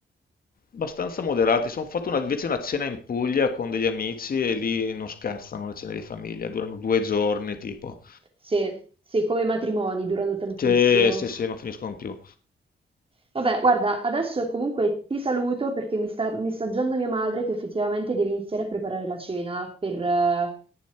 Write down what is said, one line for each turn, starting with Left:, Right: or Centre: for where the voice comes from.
Left: abbastanza moderati. Sono fatto una- invece una cena in Puglia con degli amici e lì non scherzano le cene di famiglia, durano due giorni tipo.
Right: Se, se come matrimoni durano tantissimo.
Left: Cioè, sì, sì, non finiscono più.
Right: Vabbè, guarda, adesso comunque ti saluto perché mi sta messaggiando mia madre che effettivamente deve iniziare a preparare la cena per eh,